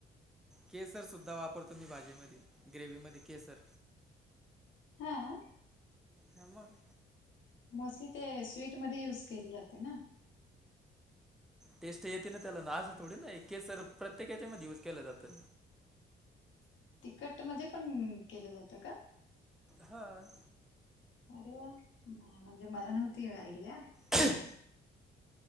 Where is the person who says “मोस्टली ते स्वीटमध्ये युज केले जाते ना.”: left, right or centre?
Left